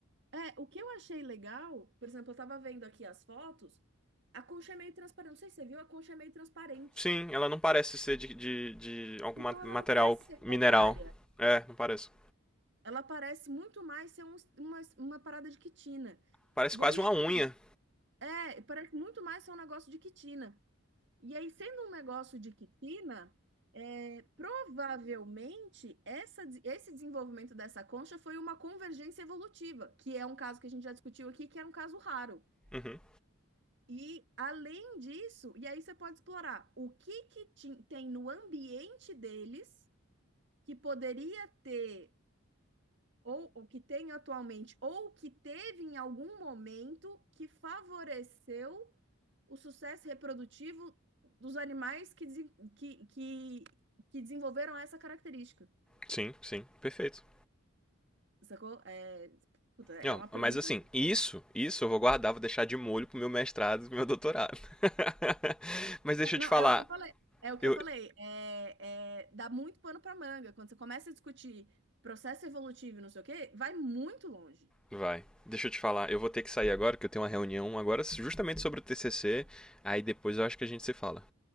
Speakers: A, on the right; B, in the centre.
A: É, o que eu achei legal, por exemplo, eu tava vendo aqui as fotos, a concha é meio transparente. Não sei se você viu, a concha é meio transparente.
B: Sim, ela não parece ser de, de, de algum
A: Então
B: ma- material
A: ela não parece ser
B: mineral.
A: calcária.
B: É, não parece.
A: Ela parece muito mais ser um- uma, uma parada de quitina.
B: Parece
A: E
B: quase
A: aí,
B: uma
A: assim,
B: unha.
A: é, parece muito mais ser um negócio de quitina. E aí, sendo um negócio de quitina, é, provavelmente essa, des- esse desenvolvimento dessa concha foi uma convergência evolutiva, que é um caso que a gente já discutiu aqui, que é um caso raro.
B: Uhum.
A: E além disso, e aí você pode explorar o que que ti- tem no ambiente deles que poderia ter ou o que tem atualmente ou que teve em algum momento que favoreceu o sucesso reprodutivo dos animais que, desen- que, que, que desenvolveram essa característica.
B: Sim, sim, perfeito.
A: Sacou? É, puta, é
B: E, ó,
A: uma pergunta.
B: mas assim, isso, isso eu vou guardar, vou deixar de molho pro meu mestrado, pro meu doutorado. <laughs> mas deixa eu
A: Não,
B: te falar,
A: é o que eu falei. É o que
B: eu...
A: eu falei. É, é- dá muito pano para manga. Quando você começa a discutir processo evolutivo e não sei o quê, vai muito longe.
B: Vai, deixa eu te falar, eu vou ter que sair agora, que eu tenho uma reunião agora justamente sobre o TCC, aí depois eu acho que a gente se fala.